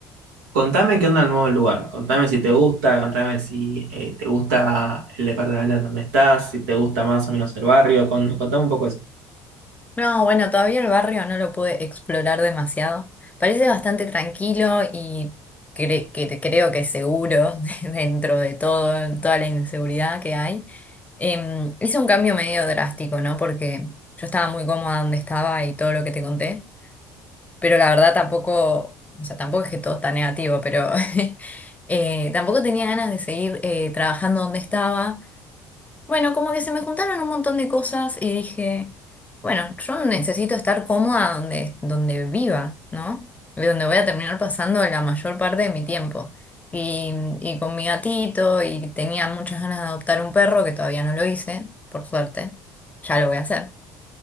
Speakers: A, on the right (about 85°); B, on the left (about 15°).
A: contame qué onda el nuevo lugar, contame si te gusta, contame si eh, te gusta el departamento en donde estás, si te gusta más o menos el barrio, con- contame un poco eso.
B: No, bueno, todavía el barrio no lo pude explorar demasiado. Parece bastante tranquilo y cre- que- creo que seguro <laughs> dentro de todo, toda la inseguridad que hay. Em, hice un cambio medio drástico, ¿no? Porque yo estaba muy cómoda donde estaba y todo lo que te conté, pero la verdad tampoco, o sea, tampoco es que todo está negativo, pero <laughs> eh, tampoco tenía ganas de seguir eh, trabajando donde estaba. Bueno, como que se me juntaron un montón de cosas y dije, bueno, yo necesito estar cómoda donde, donde viva, ¿no? Y donde voy a terminar pasando la mayor parte de mi tiempo. Y, y con mi gatito, y tenía muchas ganas de adoptar un perro, que todavía no lo hice, por suerte. Ya lo voy a hacer.